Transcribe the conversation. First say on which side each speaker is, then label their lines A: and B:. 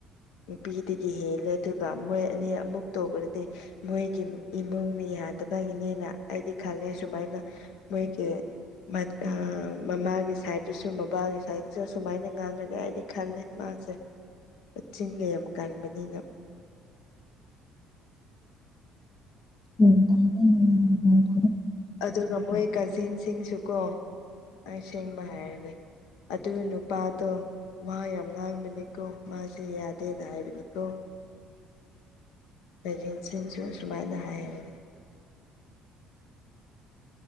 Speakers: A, on the left; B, on the left.
A: ꯅꯨꯄꯤꯗꯒꯤ ꯍꯦꯜꯂꯦ ꯑꯗꯨꯒ ꯃꯣꯏ ꯑꯅꯤ ꯑꯃꯨꯛ ꯇꯣꯛꯈ꯭ꯔꯗꯤ ꯃꯣꯏꯒꯤ ꯏꯃꯨꯡꯅ ꯌꯥꯗꯕꯒꯤꯅꯤꯅ ꯑꯩꯗꯤ ꯈꯂꯦ ꯁꯨꯃꯥꯏꯅ ꯃꯣꯏꯒꯤ ꯃꯠ ꯑ ꯃꯥꯒꯤ ꯁꯥꯏꯠꯇꯁꯨ ꯃꯕꯥꯒꯤ ꯁꯥꯏꯠꯇꯁꯨ ꯑꯁꯨꯃꯥꯏꯅ ꯉꯥꯡꯉꯅꯤ ꯍꯥꯏꯗꯤ ꯈꯜꯂꯦ ꯃꯥꯁꯦ ꯆꯤꯟꯌꯥꯝ ꯀꯥꯟꯕꯅꯤꯅ
B: <inaudible> ꯎꯝ <unintelligible>
A: ꯑꯗꯨꯒ ꯃꯣꯏ ꯀꯥꯖꯤꯟꯁꯤꯡꯁꯨꯀꯣ ꯑꯁꯦꯡꯕ ꯍꯥꯏꯔꯒꯦ ꯑꯗꯨ ꯅꯨꯄꯥꯗꯣ ꯋꯥ ꯌꯥꯝ ꯉꯥꯡꯕꯅꯤꯀꯣ ꯃꯥꯁꯤ ꯌꯥꯗꯦꯅ ꯍꯥꯏꯕꯅꯤꯀꯣ ꯀꯖꯤꯟ ꯁꯤꯡꯁꯨ ꯁꯨꯃꯥꯏꯅ ꯍꯥꯏꯔꯅꯤ